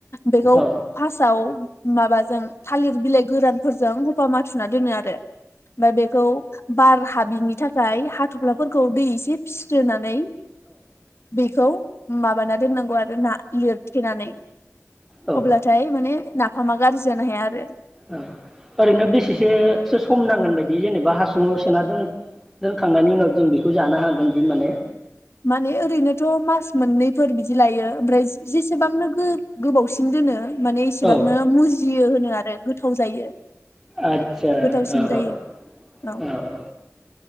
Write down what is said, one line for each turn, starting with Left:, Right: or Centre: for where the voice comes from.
Left: बेखौ
Centre: औ
Left: फार्स्ट औ माबाजों थालिर बिलाइ गोरानफोरजों गफा माथुना दोनो आरो ओमफाय बेखौ बार हाब बिनि थाखाय हाथ'फ्लाफोरखौ दै एसे फिस्रोनानै बेखौ माबाना दोननांगौ आरो ना लिरथेनानै
Centre: औ
Left: अब्लाथाय नाफामा गाज्रि जानो हाया आरो
Centre: औ ओरैनो बेसेसोसो सम नांगोन बायदि जेनेबा हासुङाव सोना दोन दोनखांनायनि उनाव जों बेखौ जानो हागोन बि माने
Left: माने ओरैनोथ' मास मोननैफोर बिदि लायो ओमफ्राय जे-जेसेबां <unintelligible> गोबावसिन दोनो माने इसेबांनो
Centre: औ
Left: मुजियो होनो आरो गो थाव जायो।
Centre: आतसा
Left: गोथावसिन
Centre: औ-औ-औ।
Left: जायो औ